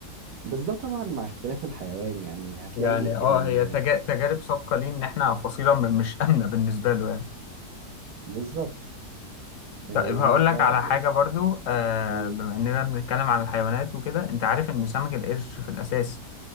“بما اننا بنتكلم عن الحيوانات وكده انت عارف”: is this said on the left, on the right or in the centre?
Left